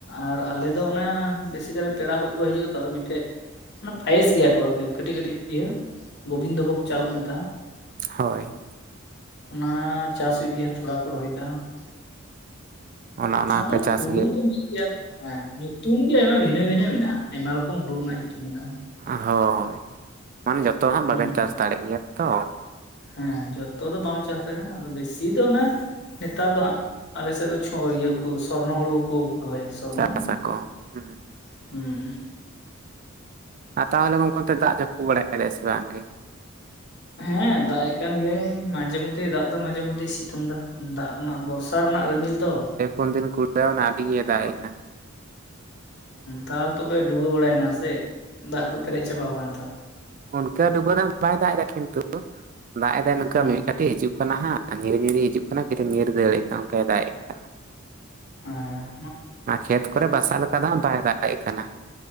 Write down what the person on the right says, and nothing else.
ᱦᱳᱭ
ᱚᱱᱟ ᱚᱱᱟ
ᱦᱚᱸᱯᱮ ᱪᱟᱥ
ᱚ ᱦᱳᱭ ᱟᱢ ᱡᱷᱚᱛᱚ ᱦᱟᱜ
ᱵᱟᱵᱮᱱ ᱪᱟᱥ ᱫᱟᱲᱮᱜ ᱜᱮᱭᱟ ᱛᱚ᱾
ᱪᱟᱥᱟ ᱠᱚ ᱦᱩᱸ
ᱟᱨ ᱛᱟᱦᱚᱞᱮ ᱜᱚᱝᱠᱮ ᱚᱱᱛᱮ ᱫᱟᱜ ᱡᱟᱹᱯᱩ ᱵᱟᱲᱟᱭᱮᱜ ᱮᱫᱟᱭ ᱥᱮ ᱵᱟᱝᱜᱮ
ᱩᱱ ᱫᱤᱱ ᱠᱚ ᱞᱟᱹᱭᱟ ᱟᱰᱤ ᱜᱮ ᱫᱟᱜ ᱮᱜᱠᱟᱱ
ᱚᱱᱠᱟ ᱰᱩᱵᱟᱹ ᱫᱚ ᱵᱟᱭ ᱫᱟᱜ ᱮᱫᱟ ᱠᱤᱱᱛᱩ ᱫᱟᱜ ᱮᱫᱟᱭ ᱱᱚᱝᱠᱟ
ᱢᱤᱫ <unintelligible> ᱛᱮ ᱦᱤᱡᱩᱜ ᱠᱟᱱᱟ ᱦᱟᱸᱜ ᱧᱤᱨ ᱧᱤᱨ ᱦᱤᱡᱩᱜ ᱠᱟᱱᱟ ᱯᱷᱤᱨ ᱧᱤᱨ ᱫᱟᱹᱲᱮᱜ ᱠᱟᱱᱟ ᱚᱱᱠᱟᱭ ᱫᱟᱜ ᱮᱫ ᱠᱟᱱᱟ᱾
ᱱᱟ ᱠᱷᱮᱛ ᱠᱚᱨᱮ ᱵᱟᱥᱟᱜ ᱞᱮᱠᱟ ᱫᱚ ᱦᱟᱜ ᱵᱟᱭ ᱫᱟᱜ ᱮᱜ ᱠᱟᱱᱟ᱾